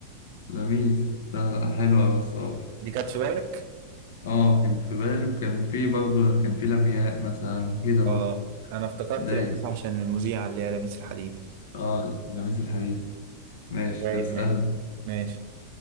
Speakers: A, on the left; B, on the right.
A: لميس سهلة حلوة أوي الصراحة
B: دي كانت في بالك؟
A: اه كانت في بالي وكان في برضه كان في لمياء مثلا كده برضه
B: اه انا افتكرت
A: داي
B: لميس عشان المذيعة اللي هي لميس الحديدي
A: اه لميس الحديدي ماشي
B: رايق
A: طب اسألني
B: يعني ماشي